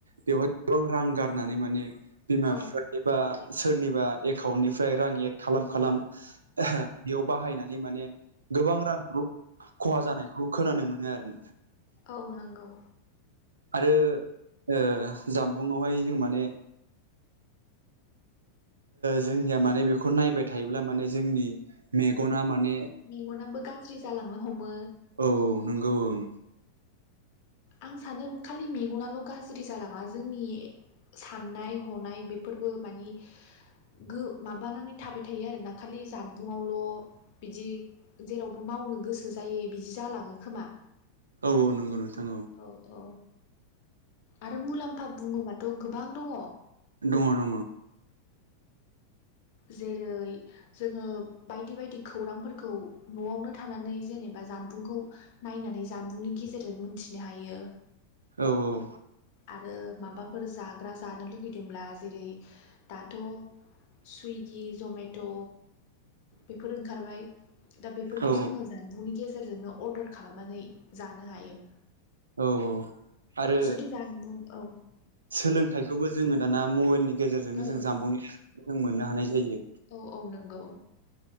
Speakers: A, on the right (about 70°); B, on the left (about 45°).
A: बेवहाय गोबां रां गारनानै माने बिमा
B: औ
A: बिफा सोरनिबा एकाउन्टनिफ्राय रां एड खालाम खालाम बेयाव बाहायनानै माने गोबां रां खहा जानायखौ खोनानो मोनो आरो
B: औ नंगौ
A: आरो ओ जा बुङावहाय जों माने जोंनिया माने बेखौ नायबाय थायोब्ला माने जोंनि मेगना माने
B: मेगनाबो गाज्रि जालांनो हमो
A: औ नंगौ ओं
B: आं सानो खालि मेगनाल गाज्रि जालाङा जोंनि साननाय हनाय बेफोरबो माने गो माबानानै थाबाय थायो आरोना खालि ज आबुङावल बिदि जेरावबो मावनो गोसो जायो बिदि जालाङो खोमा
A: औ औ नंगौ नोंथां
B: औ औ आरो मुलाम्फा बुङोबाथ‌ गोबां दङ
A: दङ दङ
B: जेरै जोङो बायदि बायदि खौरांफोरखौ नआवनो थानानै जेनेबा जानबुंखौ नायनानै जानबुंनि नि गेजेरजों मिथिनो हायो
A: औ औ
B: आरो माबाफोर जाग्रा जानो लुबैदोंब्ला जेरै दाथ सुगि जमेट बेफोर ओंखारबाय दा बेफोरखौ
A: औ
B: जोङो जानबुंनि गेजेराव गेजेरजोंनो अर्डार खालामनानै जानो हायो
A: औ औ आरो
B: जुदि जानबुं औ
A: सोलोंथाइखौबो जोङो दाना मबाइलनि गेजेरजोंनो
B: औ
A: जों जाम्बुंनिखौ जों मोननो हानाय जायो
B: औ औ नंगौ